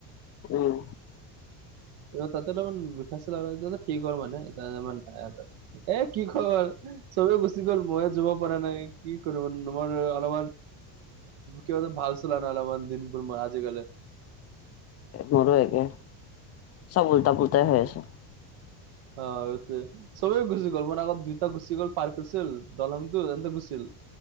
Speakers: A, on the left; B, on the right.
A: উম
B: তাতে অলপমান বিষাইছিল আৰু এতিয়া যে ঠিক হল মানে এতিয়া ইমান এ কি খবৰ চবে গুচি গল মইয়ে যাব পৰা নাই কি কৰিম নোৱাৰোঁ অলপমান কিবা ভালছিলা ন অলপমান দিনবোৰ ম আজিকালি
A: মোৰো একে চব উল্টা পুলটাই হৈ আছে
B: অ সেটোৱে সবেই গুচি গ'ল অলপমান আগত দেউতাও গুচি গ'ল পাৰ্ক আছিল দলংটো এনকে কছিল